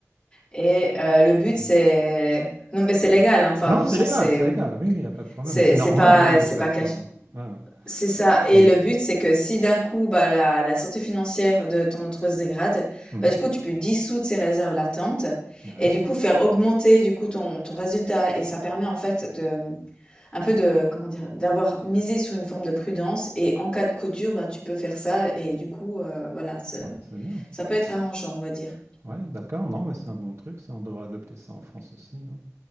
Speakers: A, on the left (about 15°); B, on the right (about 65°).
A: Et euh, le but, c'est...
B: Ouais.
A: Non, mais c'est légal, hein. Enfin,
B: Non,
A: dans le
B: c'est
A: sens,
B: légal,
A: c'est...
B: c'est
A: mmh,
B: légal. Oui, il n'y a pas de problème.
A: c'est
B: Mais c'est normal
A: c'est pas
B: hein, de
A: c'est
B: faire
A: pas caché.
B: ça. hein. Ouais, ouais.
A: C'est ça. Et
B: Mm.
A: le but, c'est que si d'un coup, bah, la, la santé financière de ton entreprise se dégrade,
B: Mm.
A: bah, du coup, tu peux dissoudre ces réserves latentes
B: Ouais,
A: et du coup, faire augmenter du coup ton, ton résultat. Et ça permet en fait de, mmh, un peu de, comment dire, d'avoir misé sur une forme de prudence. Et en cas de coup dur, bah, tu peux faire ça. Et du coup, euh, voilà, ça
B: Ouais, c'est bien.
A: ça
B: Bah,
A: peut
B: c'est-
A: être arrangeant, on va dire.
B: Ouais, d'accord, non, mais c'est un bon truc, ça, on devrait adopter ça en France aussi. hein.